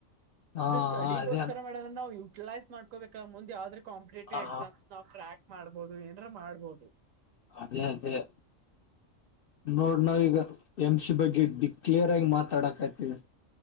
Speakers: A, on the left (about 60°); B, on the right (about 75°).
A: ಹಾ
B: ಇದು ಸ್ಟಡಿಗೋಸ್ಕರ
A: ಅದೇ
B: ಮಾಡ್ರ ನಾವು ಯುಟಿಲೈಸ್ ಮಾಡ್ಕೋಬೇಕಲ್ಲ ಮುಂದೆ ಯಾವ್ದ ಕಾಂಪಿಟೇಟಿವ್
A: ಹ
B: ಎಕ್ಸಾಮ್ಸ್ ನಾವ್ ಟ್ರಾಕ್ ಮಾಡ್ಬೋದು ಏನರ ಮಾಡ್ಬೋದು
A: <unintelligible> ನೋಡ್ ನಾವ ಈಗ ಎಂ ಸಿ ಬಗ್ಗೆ ಡಿಕ್ಲೇರ್ ಆಗಿ ಮಾತಾಡಕ್ಯ್ತಿವಿ